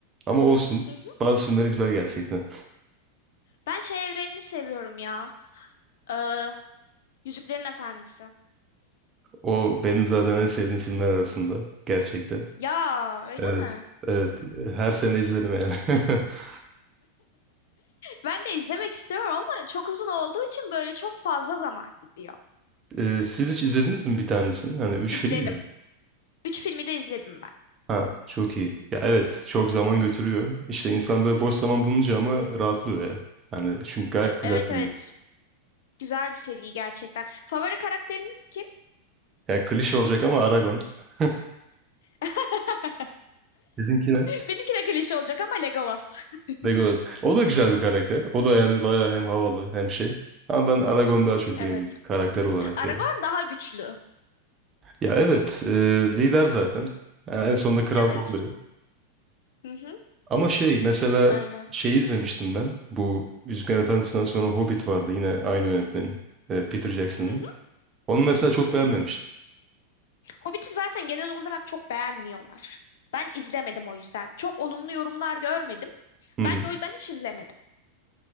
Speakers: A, on the right; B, on the left.
A: Ama olsun.
B: hı hı.
A: Bazı filmleri güzel gerçekten.
B: Ben şey evrenini seviyorum ya. E, Yüzüklerin Efendisi.
A: O benim zaten en sevdiğim filmler arasında. Gerçekten.
B: Ya öyle
A: Evet.
B: mi?
A: Evet. Her sene izlerim yani. <laughs>
B: Ben de izlemek istiyorum ama çok uzun olduğu için böyle çok fazla zaman gidiyor.
A: Ee, siz hiç izlediniz mi bir tanesini? Hani üç
B: İzledim.
A: film mi?
B: Üç filmi de izledim ben.
A: Ha çok iyi. Ya evet çok zaman götürüyor. İşte insan böyle boş zaman bulunca ama rahatlıyor ya. Hani çünkü gayet güzel
B: Evet
A: filmler.
B: evet. Güzel bir seri gerçekten. Favori karakterin kim?
A: Ya klişe olacak ama Aragon. <laughs>
B: <laughs>
A: Sizinki ne?
B: Benimki de klişe olacak ama Legolas. <laughs>
A: Legolas. O da güzel bir karakter. O da yani bayağı hem havalı hem şey. Ama ben Aragorn'u daha çok
B: Evet.
A: beğendim karakter olarak
B: Aragorn
A: yani.
B: daha güçlü.
A: Ya evet e, lider zaten. Yani en sonunda kral
B: Evet.
A: da oluyor.
B: Hı hı,
A: Ama şey mesela
B: öyle.
A: şeyi izlemiştim ben. Bu Yüzüklerin Efendisi'nden sonra Hobbit vardı yine aynı yönetmenin. e, Peter Jackson'ın.
B: Hı hı,
A: Onu mesela çok
B: hı hı.
A: beğenmemiştim.
B: Hobbit'i zaten genel olarak çok beğenmiyorlar. Ben izlemedim o yüzden. Çok olumlu yorumlar görmedim.
A: Hı
B: Ben
A: hı.
B: de o yüzden hiç izlemedim.